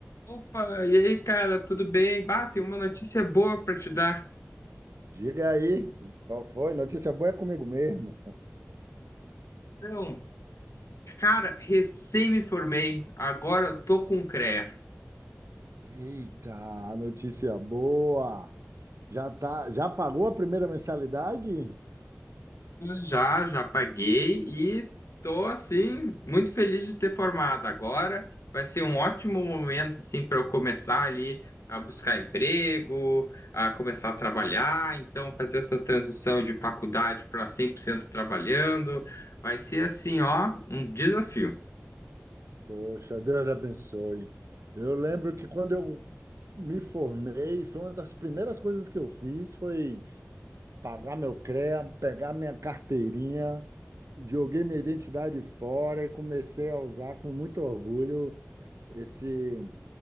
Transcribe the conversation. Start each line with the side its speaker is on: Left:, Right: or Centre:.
Left: Opa, e aí, cara, tudo bem? Bah, tem uma notícia boa pra te dar.
Right: Diga aí, qual foi? Notícia boa é comigo mesmo.
Left: Então, cara, recém me formei, agora eu tô com o CREA.
Right: Eita, notícia boa. Já tá, já pagou a primeira mensalidade?
Left: Já, já paguei e tô, assim, muito feliz de ter formado. Agora vai ser um ótimo momento, assim, para eu começar ali a buscar emprego, a começar a trabalhar. Então, fazer essa transição de faculdade para 100% trabalhando vai ser, assim, ó, um desafio.
Right: Poxa, Deus lhe abençoe. Eu lembro que quando eu me formei, foi uma das primeiras coisas que eu fiz, foi pagar meu CREA, pegar minha carteirinha, joguei minha identidade fora e comecei a usar com muito orgulho esse